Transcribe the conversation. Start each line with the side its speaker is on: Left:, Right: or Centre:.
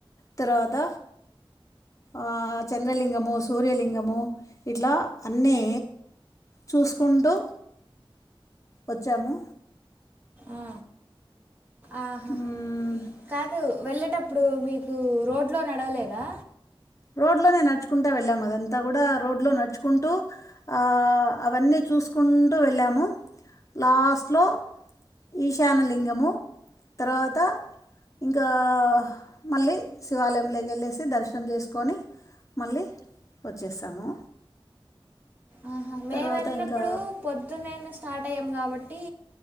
Left: తర్వాత ఆ చంద్రలింగము సూర్యలింగము ఇట్లా అన్నీ చూసుకుంటు వచ్చాము
Right: ఆ ఆహా
Left: మ్మ్.
Right: కాదు వెళ్ళేటప్పుడు మీకు రోడ్లో నడవలేదా
Left: రోడ్లోనే నడుచుకుంట వెళ్ళాము అదంతా కూడా రోడ్లో నడుచుకుంటూ ఆ అవన్నీ చూస్కు కుంటు వెళ్ళాము లాస్ట్లో ఈశాన్య లింగము తర్వాత ఇంకా మళ్ళీ శివాలయంలో కెళ్ళేసి దర్శనం చేస్ కొని మళ్ళీ వచ్చేసాము
Right: ఆహా మేము
Left: తర్వాత
Right: వెళ్ళినప్పుడు
Left: ఇంకా
Right: పొద్దునేనే స్టార్ట్ టయ్యం కాబట్టి